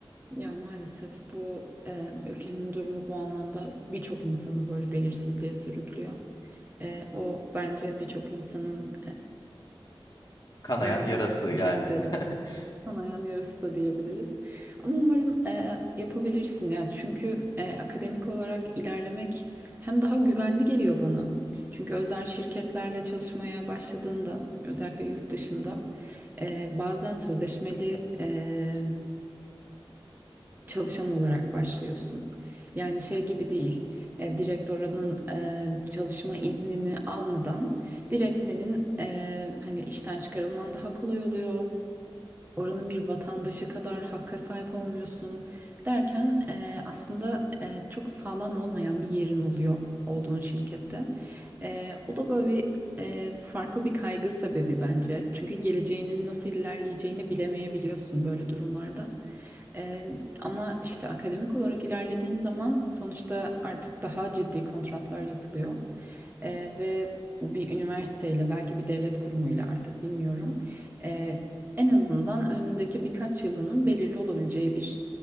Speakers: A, on the right; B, on the left.
A: Ya maalesef bu e, ülkenin durumu bu anlamda birçok insanı böyle belirsizliğe sürüklüyor. E, o bence birçok insanın
B: Kanayan
A: verdiği
B: yarası
A: bir
B: yani.
A: mücadele.
B: <laughs>
A: Kanayan yarası da diyebiliriz. Ama umarım e, yapabilirsin ya. Çünkü e, akademik olarak ilerlemek hem daha güvenli geliyor bana. Çünkü özel şirketlerle çalışmaya başladığında özellikle yurt dışında e, bazen sözleşmeli e, çalışan olarak başlıyorsun. Yani şey gibi değil. E, direkt oranın e, çalışma iznini almadan direkt senin e, hani işten çıkarılman daha kolay oluyor oranın bir vatandaşı kadar hakka sahip olmuyorsun derken e, aslında e, çok sağlam olmayan bir yerin oluyor olduğun şirkette. E, o da böyle bir e, farklı bir kaygı sebebi bence. Çünkü geleceğinin nasıl ilerleyeceğini bilemeyebiliyorsun böyle durumlarda. E, ama işte akademik olarak ilerlediğin zaman sonuçta artık daha ciddi kontratlar yapılıyor. E, ve bir üniversiteyle belki bir devlet kurumuyla artık bilmiyorum E, en azından önündeki birkaç yılının belirli olabileceği bir